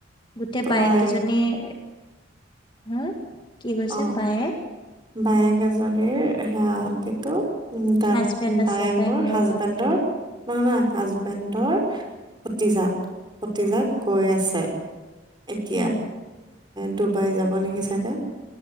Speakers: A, on the left; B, on the right.
A: গোটেই বায়েক
B: বায়ে
A: কেইজনী- হুম কি কৈছে
B: অ
A: বায়েক?
B: বায়েক এজনীৰ হাঁ কিন্তু- উম' তা'ত
A: হাজবেণ্ড আছে
B: বায়েকৰ
A: বেংগলৰ
B: হাজবেণ্ডৰ নহয়-নহয় হাজবেণ্ডৰ- ভতিজাক, ভতিজাক গৈ আছে। এতিয়া
A: উম
B: ডুবাই যাব নেকি চাগে।